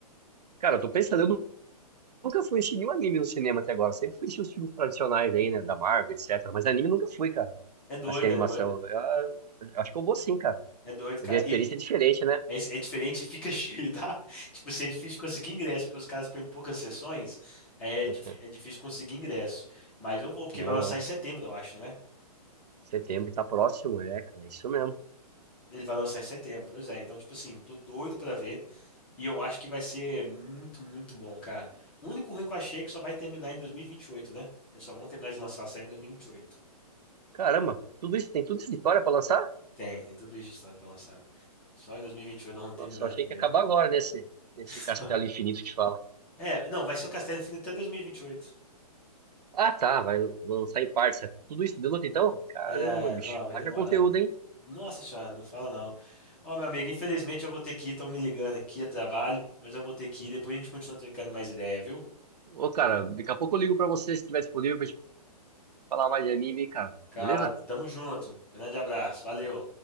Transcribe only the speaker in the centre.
É doido,
é doido.
É doido, cara.
E, e
é, es- é diferente, e fica <laughs> cheio, tá? Tipo, assim, é difícil conseguir ingresso, porque os caras põem poucas sessões, aí é, dif-
é difícil conseguir ingresso. Mas eu vou, porque
vai lançar
em setembro, eu acho, não é?
Ele vai lançar em setembro, pois é. Então, tipo assim, tô doido pra ver. E eu acho que vai ser muito, muito bom, cara. O único ruim que eu achei é que só vai terminar em 2028, né? Eles só vão terminar de lançar a série em 2028.
Tem, tem tudo isso de história pra lançar. Só em 2028 nós vamos
terminar
de ver.
<laughs>
É, não, vai ser o Castelo Infinito até 2028.
É,
não, vai
demorar.
Nossa senhora, não fala não. Ó, meu amigo, infelizmente eu vou ter que ir, estão me ligando aqui a trabalho, mas eu vou ter que ir. Depois a gente continua trocando mais ideia, viu?
Cara,
tamo junto. Grande abraço, valeu.